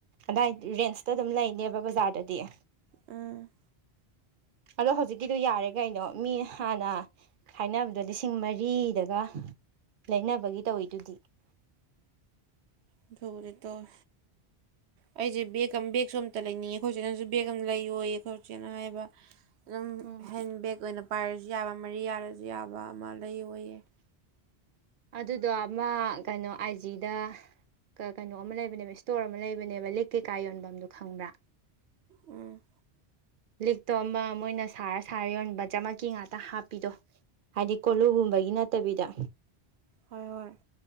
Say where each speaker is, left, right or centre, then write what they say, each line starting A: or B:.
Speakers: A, on the right; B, on the right.
A: ꯑꯗꯥꯏ ꯔꯦꯟꯁꯇ ꯑꯗꯨꯝ ꯂꯩꯅꯦꯕ ꯕꯖꯥꯔꯗꯗꯤ
B: ꯎꯝ
A: ꯑꯗꯣ ꯍꯧꯖꯤꯛꯀꯤꯗꯣ ꯌꯥꯔꯦ ꯀꯩꯅꯣ ꯃꯤ ꯍꯥꯟꯅ ꯍꯥꯏꯅꯕꯗꯣ ꯂꯤꯁꯤꯡ ꯃꯔꯤꯗꯒ ꯂꯩꯅꯕꯒꯤ ꯇꯧꯋꯤꯗꯨꯗꯤ
B: ꯑꯗꯨꯕꯨꯗꯤ ꯇꯧꯋꯦ ꯑꯩꯖꯩ ꯕꯦꯛ ꯑꯃ ꯕꯦꯒꯁꯨ ꯑꯃꯝꯇ ꯂꯩꯅꯤꯡꯉꯤ ꯑꯈꯣꯏꯆꯦꯅꯁꯨ ꯕꯦꯒ ꯑꯃ ꯂꯩꯌꯣꯏꯌꯦ ꯑꯈꯣꯏꯆꯦꯅ ꯍꯥꯏꯕ ꯑꯗꯨꯝ
A: ꯎꯝ
B: ꯍꯦꯟ ꯕꯦꯛ ꯑꯣꯏꯅ ꯄꯥꯏꯔꯁꯨ ꯌꯥꯕ ꯃꯔꯤ ꯌꯥꯔꯁꯨ ꯌꯥꯕ ꯑꯃ ꯂꯩꯌꫭꯌꯦ
A: ꯑꯗꯨꯗꯣ ꯑꯃ ꯀꯩꯅꯣ ꯑꯥꯏ ꯖꯤꯗ ꯀ ꯀꯩꯅꯣ ꯑꯃ ꯂꯩꯕꯅꯦꯕ ꯏꯁꯇꯣꯔ ꯑꯃ ꯂꯩꯕꯅꯦꯕ ꯂꯤꯛ ꯀꯩꯀꯥ ꯌꯣꯟꯕꯝ ꯗꯣ ꯈꯪꯕ꯭ꯔꯥ
B: ꯎꯝ
A: ꯂꯤꯛꯇꯣ ꯑꯃ ꯃꯣꯏꯅ ꯁꯥꯔ ꯁꯥꯔ ꯌꯣꯟꯕ ꯖꯃꯀꯤ ꯉꯥꯛꯇ ꯍꯥꯞꯄꯤꯗꯣ ꯍꯥꯏꯗꯤ ꯀꯣꯂꯨꯒꯨꯝꯕꯒꯤ ꯅꯠꯇꯕꯤꯗ
B: ꯍꫭꯏ ꯍꫭꯏ